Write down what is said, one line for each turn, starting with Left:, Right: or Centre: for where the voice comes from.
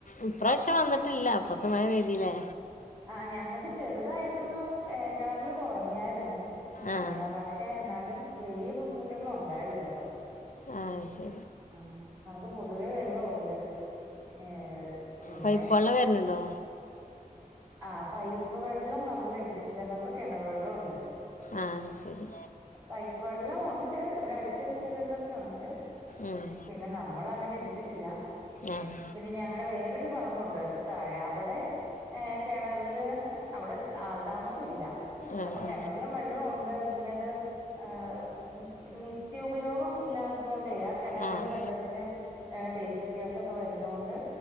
Left: ഇപ്രാവശ്യം വന്നിട്ടില്ല അപ്പോത്തിന്‌ മഴ പെയ്‌തിലേ
Right: ആഹ് ഞങ്ങൾക്ക് ചെറുതായിട്ടൊന്ന് കിണറില് കുറഞ്ഞായിരുന്നു
Left: ആഹ്
Right: ഏഹ് പക്ഷേ എന്നാലും വലിയ ബുദ്ധിമുട്ടുകൾ ഉണ്ടായില്ല അതുകൊണ്ട്
Left: ആഹ്
Right: ഉം നമുക്ക് പൊതുവേ വെള്ളം ഉണ്ട് ഏഹ് പിന്നെ
Left: പെപ്പ് വെള്ളം വെ വര്ല് ഉണ്ടോ
Right: ആഹ് പൈപ്പ് വെള്ളം നമ്മള് എടുത്തിട്ടില്ല നമുക്ക് കിണർ വെള്ളം ഉണ്ട്
Left: ആഹ് ശരി
Right: പൈപ്പ് വെള്ളം ഉണ്ട് ഇവിടെ അടുത്ത വീടുകളിലൊക്കെ ഉണ്ട്
Left: ഉം
Right: പിന്നെ നമ്മൾ അങ്ങനെ എടുത്തിട്ടില്ല
Left: ആഹ്
Right: പിന്നെ ഞങ്ങളടെ വേറൊരു പറമ്പുണ്ട് താഴെ അവിടെ ഏഹ് കിണറില് അവിടെ ആള് താമസം ഇല്ല
Left: ആഹ്
Right: അപ്പൊ കിണറിലും വെള്ളം ഉണ്ട് പിന്നെ അത് ഏഹ്‌ നിത്യ ഉപയോഗം ഇല്ലാത്തത് കൊണ്ട് കിണറില്
Left: ആഹ് ആഹ്
Right: വെള്ളത്തിന് ടേസ്റ്റ് വ്യത്യാസൊക്കെ വരുന്ന കൊണ്ട്